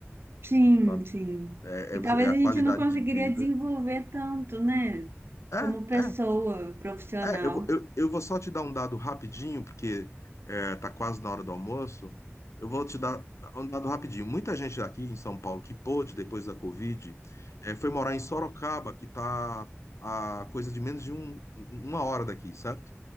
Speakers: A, on the right; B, on the left.
A: Sim,
B: sabe?
A: sim.
B: é
A: E
B: é- você-
A: talvez
B: é a
A: a gente
B: qualidade
A: não conseguiria
B: de vida.
A: desenvolver tanto, né?
B: É,
A: Como pessoa
B: é,
A: profissional.
B: é. Eu, vou- eu, eu vou só te dar um dado rapidinho, porque é, tá quase na hora do almoço. Eu vou te dar um dado rapidinho. Muita gente aqui em São Paulo que pôde, depois da Covid, é, foi morar em Sorocaba, que tá a coisa de menos de um- uma hora daqui, certo?